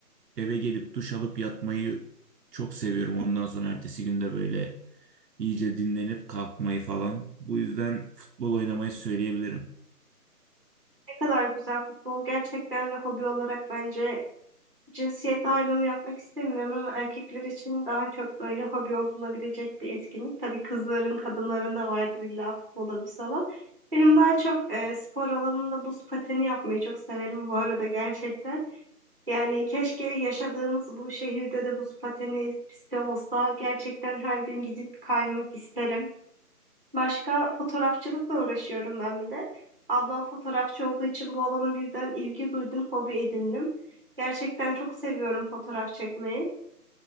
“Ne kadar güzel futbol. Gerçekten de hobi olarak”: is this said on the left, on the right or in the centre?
Right